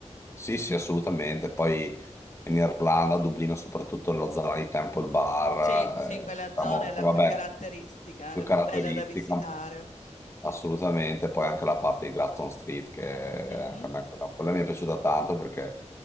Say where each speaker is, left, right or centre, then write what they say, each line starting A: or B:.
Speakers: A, on the left; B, on the left.
A: sì, sì, assolutamente. Poi in Irlanda, a Dublino, soprattutto nella zona di Temple Bar,
B: sì, sì, quella
A: eh, diciamo,
B: zona è la
A: che vabbè,
B: più caratteristica,
A: più
B: è la
A: caratteristica,
B: più bella da visitare.
A: assolutamente. Poi anche la parte di Grafton Street, che
B: Mh-mh.
A: anche a me quella, quella mi è piaciuta tanto perché